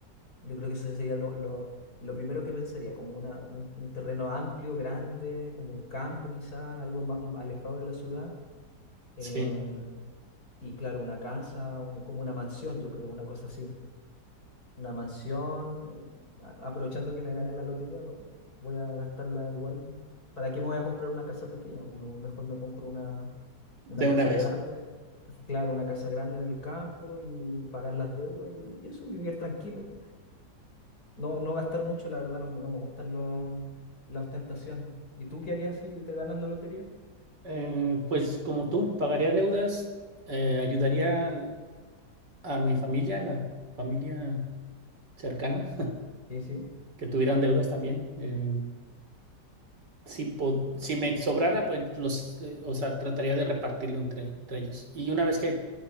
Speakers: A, on the left; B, on the right.
A: Yo creo que eso sería lo, lo, lo primero que pensaría, como una, un, un terreno amplio, grande, como un campo quizá, algo más alejado de la ciudad. em,
B: Sí,
A: y claro, una casa, un- como una mansión, yo creo, una cosa así. Una mansión, a- aprovechando que me gané la lotería, va- voy a gastarla igual. ¿Para qué me voy a comprar una casa pequeña? Me- Mejor me compro una,
B: de
A: una casa
B: una vez.
A: grande, claro, una casa grande en el campo y pagar las deudas y, y eso, y vivir tranquilo. No, no gastar mucho, la verdad, no, no me gustan los, la ostentación. ¿Y tú qué harías si te ganas la lotería?
B: Eh, pues como tú, pagaría deudas, eh, ayudaría al- a mi familia, a la familia cercana.
A: Sí, sí.
B: que tuvieran deudas también. Eh, si, po- si me sobrara, pues los, eh, o sea, trataría de repartirlo entre, entre ellos. Y una vez que,